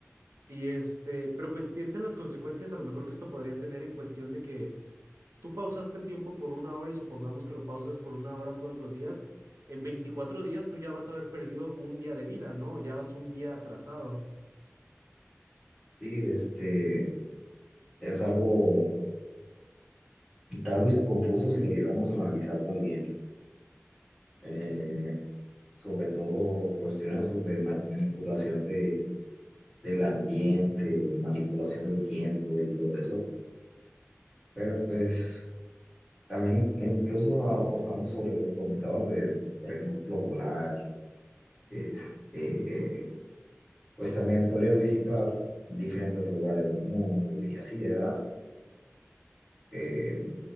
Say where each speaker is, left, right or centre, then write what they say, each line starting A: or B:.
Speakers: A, on the right; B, in the centre.
A: y este, pero pues piensa en las consecuencias a lo mejor que esto podría tener en cuestión de que tú pausaste el tiempo por una hora y supongamos que lo pausas por una hora todos los días, en 24 días tú ya vas a haber perdido un día de vida, ¿no? Ya vas un día atrasado.
B: sí, este, es algo tal vez confuso si lo llegamos a analizar muy bien. eh, sobre todo cuestiones sobre manipulación de, del ambiente, manipulación del tiempo y todo eso, pero pues también in- incluso aportando sobre lo que comentabas de, por ejemplo, volar, este, pues también podrías visitar diferentes lugares del mundo y así, ¿verdad? Eh,